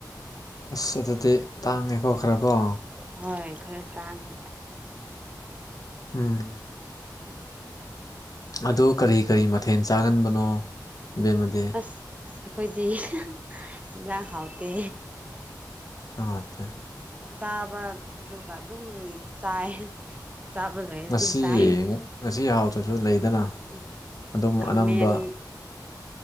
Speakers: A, on the left; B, on the right.
A: ꯑꯁ ꯑꯗꯨꯗꯤ ꯇꯥꯡꯉꯦꯀꯣꯈ꯭ꯔꯦꯀꯣ
B: ꯍꯣꯏ ꯈꯔ ꯇꯥꯡꯉꯦ
A: ꯎꯝ ꯑꯗꯨ ꯀꯔꯤ ꯀꯔꯤ ꯃꯊꯦꯜ ꯆꯥꯒꯟꯕꯅꯣ ꯕꯦꯝꯃꯗꯤ
B: ꯑꯁ ꯑꯩꯈꯣꯏꯗꯤ ꯍꯤꯟꯖꯥꯡ ꯍꯥꯎꯇꯦ
A: ꯁꯥꯇ
B: ꯆꯥꯕꯗꯨꯒ ꯑꯗꯨꯝ ꯆꯥꯏ ꯆꯥꯕꯗꯨꯗꯤ
A: ꯉꯁꯤ
B: ꯑꯗꯨꯝ ꯆꯥꯏ
A: ꯉꯁꯤ ꯍꯔꯥꯎꯗ꯭ꯔꯁꯨ ꯂꯩꯗꯅ ꯑꯗꯨꯝ
B: ꯈꯥꯃꯦꯟ
A: ꯑꯅꯝꯕ